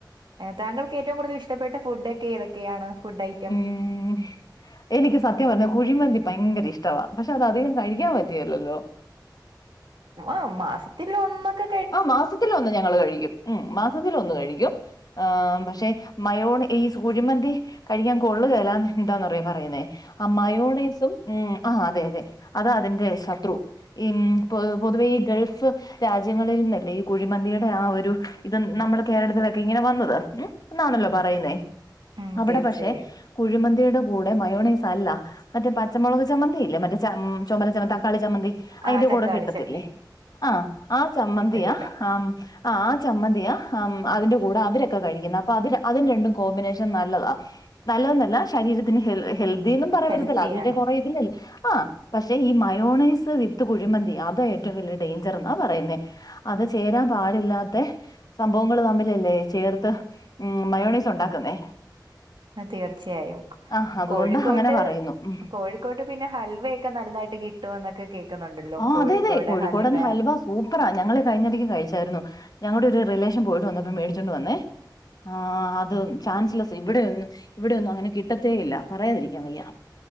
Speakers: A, on the right (about 80°); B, on the left (about 55°).
A: തങ്കൾക്ക് ഏറ്റവും കൂടുതൽഷ്ടപ്പെട്ട ഫുഡൊക്കെ ഏതൊക്കെയാണ് ഫുഡയ്റ്റ്
B: ഉം എനിക്ക് സത്യം പറഞ്ഞാ കുഴിമന്തി പയങ്കരഷ്ടവാ പക്ഷെ അത് അധികം കഴിക്കാൻ പറ്റിയല്ലല്ലോ
A: ആഹ് മാസത്തിലൊന്നൊക്കെ
B: ആഹ് മാസത്തിലൊന്ന് ഞങ്ങള് കഴിക്കും ഉം മാസത്തിലൊന്ന് കഴിക്കും ആഹ് പഷെ മയോൺ ഈസ് കുഴിമന്തി കഴിക്കാകൊള്ളുകേല എന്താന്നറിയാ പറയുന്നേ ആ മയോണൈസും ഉം ആഹ് അതെയതെ അതാ അതിന്റെ ശത്രു ഈ പൊ പൊതുവെ ഈ ഗൾഫ് രാജ്യ രാജ്യങ്ങളിൽ നിന്നല്ലേ ഈ കുഴിമന്തിയുടെ ആ ഒരു ഇത് നമ്മുടെ കേരളത്തിലൊക്കെ ഇങ്ങനെ വന്നത് ഉം എന്നാണല്ലോ പറയുന്നേ
A: ഉം
B: അവിടെ
A: തീർച്ചയായും.
B: പഷെ കുഴിമന്തിയുടെ കൂടെ മയോണോസല്ല മറ്റേ പച്ചമുളക് ചമ്മന്തിയില്ലേ മറ്റേ ച ചൊമല ച തക്കാളി ചമ്മന്തി അയിന്റെ
A: ആഹ് തക്കാളി
B: കൂടെ കിട്ടത്തില്ലേ
A: ചട്നി.
B: ആഹ് ആ ചമ്മന്തിയാ
A: കിട്ടും കിട്ടും.
B: ആ ആഹ് ആ ചമ്മന്തിയ അതിന്റെ കൂടെ അവരൊക്കെ കഴിക്കുന്നേ അപ്പൊ അത് ര അതിന് രണ്ടും കോമ്പിനേഷൻ നല്ലതാ നല്ലതന്നല്ല ശരീരത്തിന് ഹെൽ ഹെൽദിന്നും പറയാൻ
A: ഹെൽത്തിയാണ്.
B: പറ്റത്തില്ല അതുമറ്റെ കൊറ ഇതില്ലേ ആഹ് പഷെ ഈ മയോണൈസ് വിത്ത് കുഴിമന്തി അതാ ഏറ്റവും വലിയ ഡെഞ്ചറെന്ന് ആഹ് പറയുന്നേ അത് ചേരാൻ പാടില്ലാത്തെ സംഭവങ്ങള് തമ്മിലല്ലേ ചേർത്ത് ഉം മയോസൈസ് ഒണ്ടാക്കുന്നേ
A: ആ തീർച്ചയായും
B: ആഹ് അതുകൊണ്ട്
A: കോഴിക്കോട്ട്
B: അങ്ങനെ പറയുന്നു ഉം
A: കോഴിക്കോട്ട് പിന്നെ ഹൽവയൊക്കെ നൽതായിട്ട് കിട്ടും എന്നൊക്കെ കേക്കുന്നുണ്ടല്ലോ
B: ആഹ്
A: കോഴിക്കോട്
B: അതെ അതെ കോഴിക്കോടൻ
A: ഹൽവ
B: സൂപ്പറാ ഞങ്ങള് കഴിഞ്ഞിടയ്ക്ക് കഴിച്ചായിരുന്നു ഞങ്ങളുടെ ഒരു റിലേഷൻ പോയിട്ട് വന്നപ്പോ മേടിച്ചോണ്ട് വന്നേ ആ അത് ചാൻസലസ് ഇവിടെന്നും ഇവിടെന്നും അങ്ങനെ കിട്ടത്തേ ഇല്ല പറയാതിരിക്കാം വയ്യ